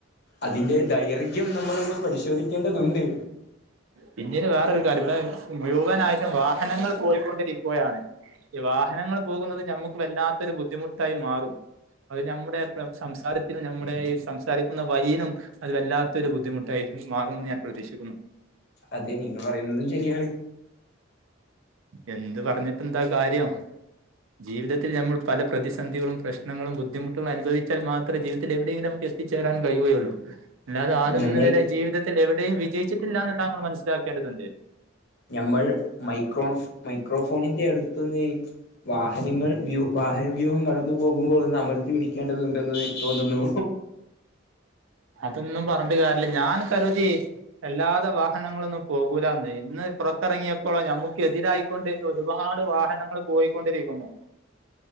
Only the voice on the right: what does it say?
പിന്നീട് വേറൊരു കാര്യം വ്ടെ മുഴുവനായിട്ടും വാഹനങ്ങൾ പോയ്ക്കൊണ്ടിരിക്കുകയാണ് ഈ വാഹനങ്ങൾ പോകുന്നത് നമ്മുക്ക് വല്ലാത്തരു ബുദ്ധിമുട്ടായി മാറും. അത് നമ്മുടെ സംസാരത്തിനും നമ്മുടെ ഈ സംസാരിക്കുന്ന വയിനും അത് വല്ലാത്തൊരു ബുദ്ധിമുട്ടായി. മാറുമെന്ന് ഞാൻ പ്രതീക്ഷിക്കുന്നു
എന്ത് പറഞ്ഞിട്ട് എന്താ കാര്യം. ജീവിതത്തിൽ നമ്മൾ പല പ്രതിസന്ധികളും പ്രശ്നങ്ങളും ബുദ്ധിമുട്ടുകൾ അനുഭവിച്ചാൽ മാത്രേ ജീവിതത്തിൽ എവിടെയെങ്കിലും എത്തിച്ചേരാൻ കഴിയുവയൊള്ളൂ. അല്ലാതെ ആരും
ഇന്ന് വരെ ജീവിതത്തിൽ എവിടെയും വിജയിച്ചിട്ടില്ലാന്ന് താങ്കൾ മനസ്സിലാക്കേണ്ടതുണ്ട്.
അതൊന്നും പറഞ്ഞിട്ട് കാര്യല്ല ഞാൻ കരുതി അല്ലാതെ വാഹനങ്ങളൊന്നും പോകൂലാന്ന്. ഇന്ന് പുറത്തറങ്ങിയ ഇപ്പോളോ ഞമ്മുക്ക് എതിരായിക്കൊണ്ട് ഒരുപാട് വാഹനങ്ങൾ പോയിക്കൊണ്ടിരിക്കുന്നു.